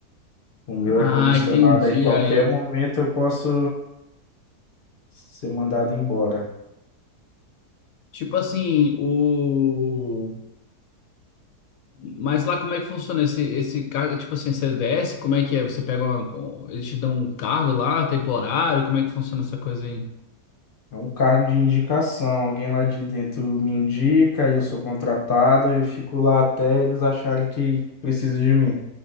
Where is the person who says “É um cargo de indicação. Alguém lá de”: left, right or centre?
Left